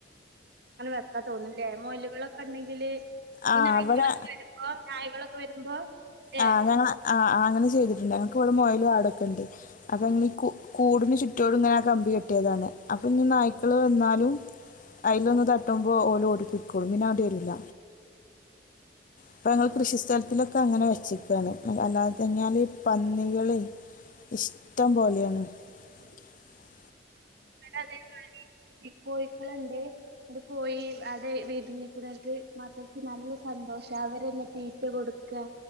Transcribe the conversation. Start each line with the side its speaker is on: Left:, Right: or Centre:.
Right: ഒക്കെ തോന്നുന്നില്ലേ. മോലുകളൊക്കെ ഉണ്ടെങ്കില്
Left: ആ
Right: ഈ നായ്ക്കളൊക്കെ
Left: അവടെ
Right: വരുമ്പോ നായകള ഒ വരുമ്പോ ല്ലേ
Left: ആ് ഞങ്ങള് ആ ആ അങ്ങനെ ചെയ്തിട്ടുണ്ടായിരുന്നു മോയില ആടക്കെ ഉണ്ട് അപ്പൊ <unintelligible> കൂടിന് ചുറ്റോടും ഇങ്ങനെ ആ കമ്പി കെട്ടിയതാണ് അപ്പൊ ഇ നായ്ക്കൾ വന്നാലും അതിലൊന്ന് തട്ടുമ്പോൾ ഓല ഓടിപ്പൊക്കോളും പിന്നെ അവിടെ വരില്ല അപ്പൊ ഞങ്ങൾ കൃഷി സ്ഥലത്തിലൊക്കെ അങ്ങനെ വ ചിക്കണ് അല്ലാതെത്തന്നെയല് ഈ പന്നികൾ ഇഷ്ടം പോലെയാണ് ഉ <inaudible>
Right: <unintelligible> മക്കളുണ്ട് അവിടെ പോയി അവിടെ <unintelligible> മക്കൾക്ക് നല്ല സന്തോഷമാണ് അവരന്നെ തീറ്റ കൊടുക്കുക